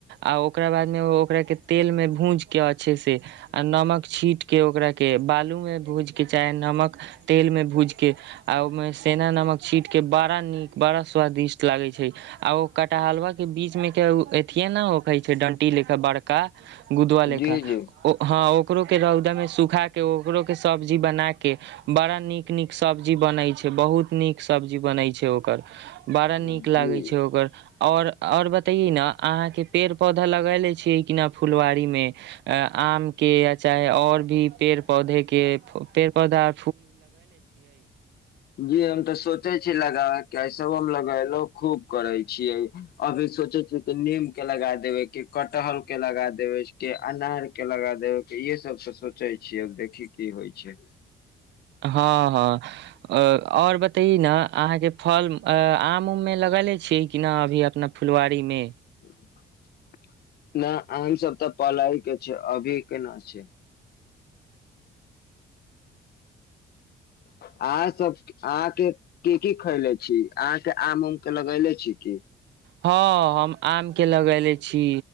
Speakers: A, on the right; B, on the left.
A: आ ओकरा बादमे ओकरा के तेलमे भुज के अच्छे से, आ नमक छीट के ओकरा के, बालूमे भुज के चाहे नमक-तेलमे भूजके आ ओहिमे सेंधा नमक छींटके बड़ा नीक बड़ा सुन्दर स्वादिष्ट लागैय छैय, आ ओ कटहलवा के बीचमे के अथिए न ओखैय छैय डण्टी लेखा बड़का गुदवा
B: जी,
A: लेखा,
B: जी,
A: हँ ओकरो के रौदामे सुखा के ओकरो के सब्जी बना के बड़ा नीक-नीक सब्जी बनैय छैय बहुत नीक सब्जी बनैय छैय ओकर। बड़ा नीक
B: जी,
A: लागैय छैय ओकर आओर-आओर बतइयै न अहाँ के पेड़-पौधा लगैले छीयैय कि ना फुलवारी, मे आम के आ चाहे आओर भी पेड़-पौधे के, पेड़-पौधा
B: जी, हम त सोचैय छी लगाएब आ इ सब लगैयलो खुब करैय छियैय, अभी सोचैय छियैय की नीम के लगा देबैय, की कटहर के लगा देबैय, की अनार के लगा देबैय इएह सब सोचैय छियैय, देखियौ की-की होइ छैय।
A: हँ-हँ आओर बतैयौ न अहाँके फल आम-उममे लगैले छियै की नै अभी अपना फुलवारीमे?
B: <inaudible> अहाँ सब अहाँके की-की खयले छी अहाँके आम-उम के लगैले छी की?
A: हँ, हम आम के लगैले छी।